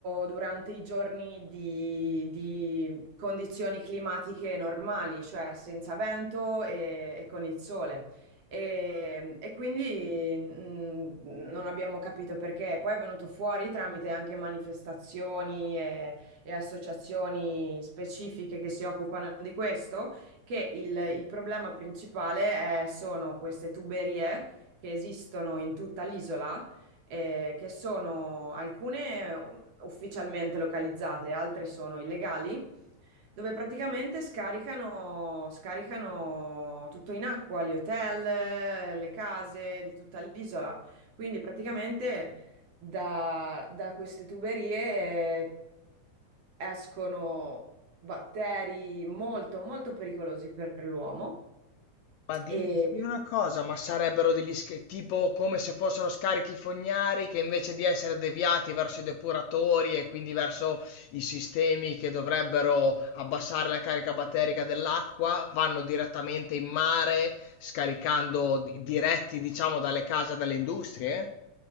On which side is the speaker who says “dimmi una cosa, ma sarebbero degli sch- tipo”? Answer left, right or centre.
Left